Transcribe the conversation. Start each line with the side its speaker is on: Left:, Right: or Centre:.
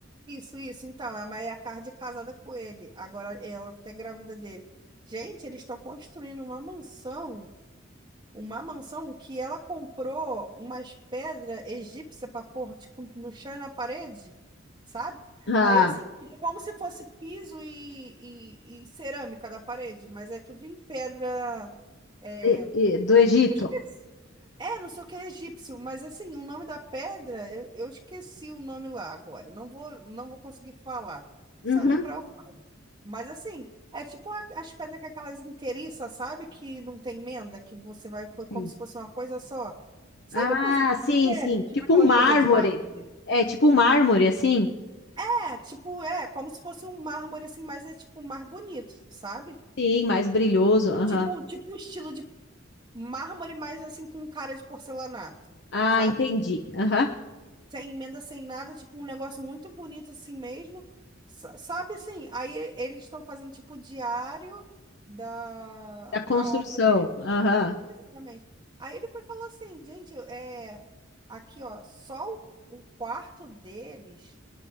Right: isso, isso. Então, é a Mayra Card é casada com ele. Agora ela tá grávida dele. Gente, eles estão construindo uma mansão. uma mansão que ela comprou umas pedras egípcias para pôr, tipo, no chão e na parede, sabe?
Left: Ah,
Right: Aí, assim, fica como se fosse piso e, e- e cerâmica da parede, mas é tudo em pedra. É,
Left: e-
Right: eu
Left: e- do Egito.
Right: esqueci. É, não sei o que é egípcio, mas assim, o nome da pedra, eu, eu esqueci o nome lá agora. Não vou, não vou conseguir falar.
Left: Uhum,
Right: Se eu lembrar, eu mas assim, é tipo a- as pedras com aquelas inteiriças, sabe? Que não tem emenda, que você vai foi como
Left: sim.
Right: se fosse uma coisa só. Sabe
Left: Ah,
Right: coisa de cemitério?
Left: sim, sim.
Right: Tipo
Left: Tipo
Right: aquelas
Left: um mármore.
Right: coisas de lápide?
Left: É, tipo um mármore, assim?
Right: É, tipo, é, como se fosse um mármore assim, mas é tipo um mar bonito, sabe?
Left: Sim, mais brilhoso. Aham.
Right: Tipo, tipo um estilo de mármore, mas assim com cara de porcelanato,
Left: Ah,
Right: sabe?
Left: entendi. Aham.
Right: Sem emenda, sem nada, tipo um negócio muito bonito assim mesmo. Sa- Sabe assim, aí eles estão fazendo tipo diário da,
Left: Da construção.
Right: da obra deles.
Left: Aham.
Right: Exatamente. Aí ele foi falar assim, gente, é, aqui ó, só o, o quarto deles,